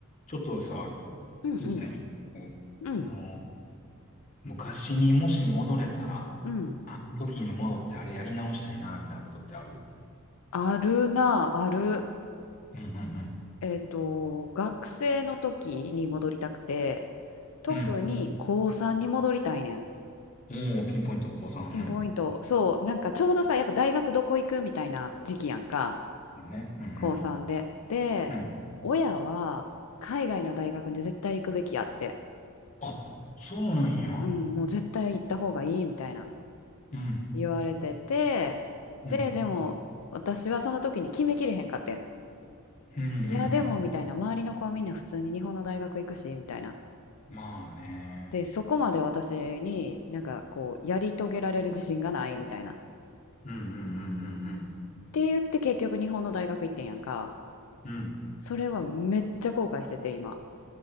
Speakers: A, on the left; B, on the left.
A: ちょっとさ、
B: うんうん
A: 聞きたいんやけどの、
B: うん
A: 昔にもし戻れたら、
B: うん
A: あの時に戻ってあれやり直したいな、みたいなことってある
B: あるなある
A: うんうん
B: えっと学生の時に戻りたくて特に高3に戻りたいねん
A: うん。うん。おー、ピンポイント、高三
B: ピンポイントそうなんかちょうどさやっぱ大学どこ行くみたいな時期やんか
A: うん。いいね。うん
B: 高3でで親は海外の大学に絶対行くべきやって
A: うん。うん。あ、そうなんや。
B: うんもう絶対行った方がいいみたいな
A: うん。
B: 言われててででも私はその時に決めきれへんかってん
A: うん。うんうんうん。
B: いや、でも、みたいな、周りの子はみんな普通に日本の大学行くし、みたいな。
A: まあね。
B: で、そこまで私になんかこう、やり遂げられる自信がない、みたいな。っ
A: うんうんうんうんうん。
B: て言って結局日本の大学行ってんやんか。
A: うん。
B: それはめっちゃ後悔してて、今。